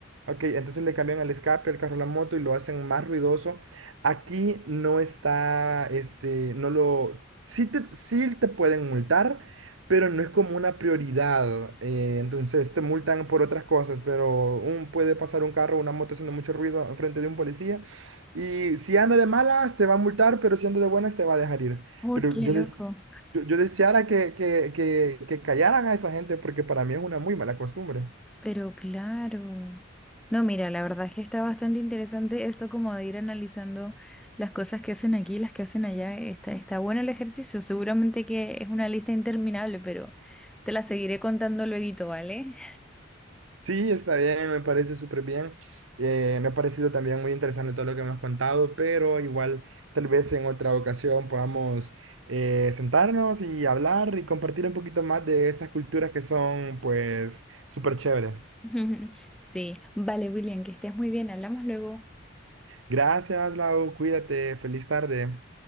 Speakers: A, on the right (about 85°); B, in the centre.
A: Ok, entonces le cambian el escape al carro, la moto y lo hacen más ruidoso. Aquí no está, este, no lo, sí te, sí te pueden multar, pero no es como una prioridad. eh, entonces te multan por otras cosas, pero un, puede pasar un carro, una moto haciendo mucho ruido enfrente de un policía y si anda de malas te va a multar, pero si anda de buenas te va a dejar ir.
B: Uy,
A: Pero
B: qué
A: yo,
B: loco.
A: des- yo, yo deseara que, que, que, que callaran a esa gente porque para mí es una muy mala costumbre.
B: Pero claro. No, mira, la verdad es que está bastante interesante esto como de ir analizando las cosas que hacen aquí, las que hacen allá. Está, está bueno el ejercicio. Seguramente que es una lista interminable, pero te la seguiré contando luego, ¿vale?
A: Sí, está bien, me parece súper bien. Eh, me ha parecido también muy interesante todo lo que me has contado, pero igual tal vez en otra ocasión podamos eh, sentarnos y hablar y compartir un poquito más de estas culturas que son pues súper chéveres.
B: <laughs> Sí, vale, William, que estés muy bien, hablamos luego.
A: Gracias, Lau, cuídate, feliz tarde.